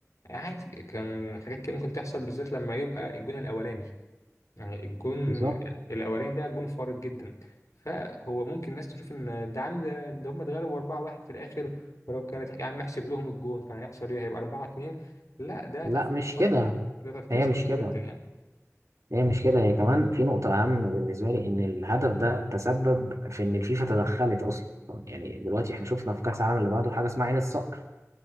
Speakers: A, on the left; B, on the right.
A: عادي كان حاجات كده ممكن تحصل بالذات لما يبقى الجون الأولاني يعني الجون
B: بالظبط
A: الأولاني ده جون فارق جدا فهو ممكن الناس تشوف إن ده عم ده, ده هم اتغلبوا 4-1 في الآخر ولو كانت يا عم احسب لهم الجون كان هيحصل إيه هيبقى 4-2 لا ده
B: لا
A: تفكير
B: مش
A: سطحي
B: كده
A: ده تفكير
B: هي
A: سطحي
B: مش كده
A: جدا يعني
B: هي مش كده هي كمان في نقطة أهم بالنسبة لي إن الهدف ده تسبب في إن الفيفا تدخلت أصلا يعني دلوقتي إحنا شفنا في كأس العالم اللي بعده حاجة اسمها عين الصقر